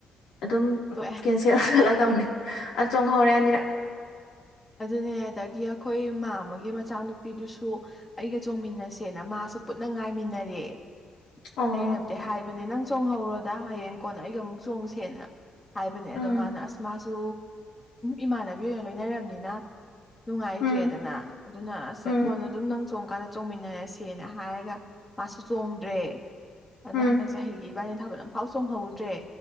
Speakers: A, on the left; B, on the left.
A: ꯑꯗꯨꯝ
B: ꯇꯣꯛꯑꯦ
A: ꯑꯁꯤ ꯆꯠꯂ ꯇꯧꯅꯤ ꯑ ꯆꯣꯡꯍꯥꯎꯔꯦ ꯑꯅꯤꯔꯛ
B: ꯑꯗꯨꯅꯦ ꯑꯗꯒꯤ ꯑꯩꯈꯣꯏ ꯃꯥꯝꯃꯒꯤ ꯃꯆꯥꯅꯨꯄꯤꯗꯨꯁꯨ ꯑꯩꯒ ꯆꯣꯡꯃꯤꯟꯅꯁꯦꯅ ꯃꯥꯁꯨ ꯄꯨꯟꯅ ꯉꯥꯏꯃꯤꯟꯅꯔꯦ
A: ꯑꯣ
B: ꯑꯩꯅꯕꯨꯗꯤ ꯍꯥꯏꯕꯅꯤ ꯅꯪ ꯆꯣꯡꯍꯧꯔꯣꯗ ꯍꯌꯦꯡ ꯀꯣꯟꯅ ꯑꯩꯒ ꯑꯃꯨꯛ ꯆꯣꯡꯁꯦꯅ ꯍꯥꯏꯕꯅꯦ
A: ꯎꯝ
B: ꯑꯗꯣ ꯃꯥꯅ ꯑꯁ ꯃꯥꯁꯨ ꯏꯃꯥꯟꯅꯕꯤ ꯑꯣꯏꯅ ꯂꯣꯏꯅꯔꯕꯅꯤꯅ ꯅꯨꯡꯉꯥꯏꯇ꯭ꯔꯦꯗꯅ
A: ꯎꯝ
B: ꯑꯗꯨꯅ ꯑꯁ
A: ꯎꯝ
B: ꯀꯣꯟꯅ ꯑꯗꯨꯝ ꯅꯪ ꯆꯣꯡꯀꯥꯟꯗ ꯆꯣꯡꯃꯤꯟꯅꯔꯁꯦꯅ ꯍꯥꯏꯔꯒ ꯃꯥꯁꯨ ꯆꯣꯡꯗ꯭ꯔꯦ ꯑꯗꯣ
A: ꯎꯝ
B: ꯍꯟꯗꯛ ꯆꯍꯤꯒꯤ ꯏꯕꯥꯏꯅꯤ ꯊꯥꯕꯜ ꯑꯃꯐꯥꯎ ꯆꯣꯡꯍꯧꯗ꯭ꯔꯦ